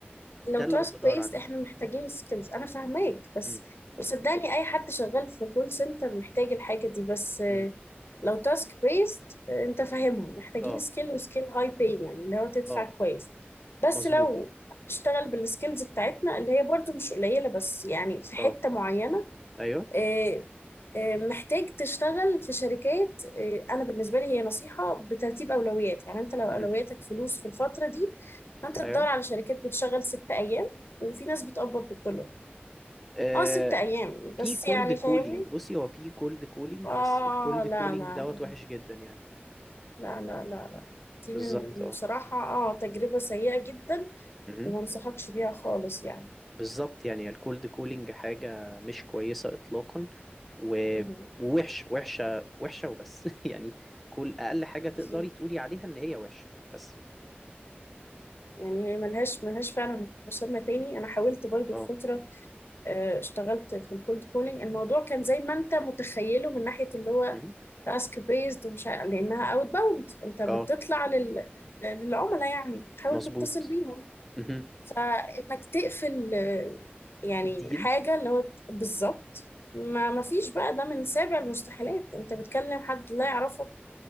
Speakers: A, in the centre; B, on the left (about 70°).
A: ده
B: لو تاسك
A: اللي انا بدور
B: بيست
A: عليه
B: احنا محتاجين سكيلز انا فاهماك بس
A: امم
B: وصدقني اي حد شغال في كول سنتر محتاج الحاجه دي بس آه،
A: امم
B: لو تاسك بيست انت فاهمها محتاجين
A: اه
B: سكيل وسكيل هاي باي يعني اللي هو تدفع
A: اه
B: كويس بس
A: مظبوط
B: لو
A: اه
B: هتشتغل بالسكيلز بتاعتنا اللي هي برضو مش قليله بس يعني في حته
A: اه
B: معينه
A: ايوه
B: آه، آه، محتاج تشتغل في شركات آه، انا بالنسبه لي هي نصيحه بترتيب اولويات يعني انت لو اولوياتك
A: امم
B: فلوس في الفتره دي فانت تدور
A: ايوه
B: على شركات بتشغل ست ايام وفي ناس بتقبض بالدولار
A: امم
B: اه ست ايام
A: في
B: بس
A: كولد
B: يعني
A: كولينج
B: فاهمني
A: بصي هو في كولد كولينج
B: اه
A: بس الكولد
B: لا
A: كولينج
B: لا
A: دوت
B: لا
A: وحش جدا يعني
B: لا لا لا لا دي
A: بالظبط
B: من
A: اه
B: بصراحه اه تجربه سيئه جدا
A: مهم.
B: وما انصحكش بيها خالص يعني
A: بالظبط يعني الكولد كولينج حاجة مش كويسة إطلاقا و-
B: مهم.
A: ووحش وحشة وحشة وبس <laughs> يعني كل أقل حاجة تقدري
B: بالظبط
A: تقولي عليها إن هي وحشة بس
B: يعني هي ملهاش ملهاش فعلا مسمى تاني انا حاولت برضو
A: اه
B: في فتره آه، اشتغلت في الكولد كولينج الموضوع كان زي ما انت متخيله من ناحية اللي هو
A: مهم.
B: تاسك بيزد ومش عارف- لانها اوت باوند انت بتطلع
A: اه
B: لل... للعملاء يعني بتحاول
A: مظبوط
B: تتصل بيهم
A: مهم.
B: فانك تقفل آه، يعني
A: ديل
B: حاجة اللي هو بالظبط ما ما فيش بقى ده من سابع المستحيلات انت بتكلم حد لا يعرفك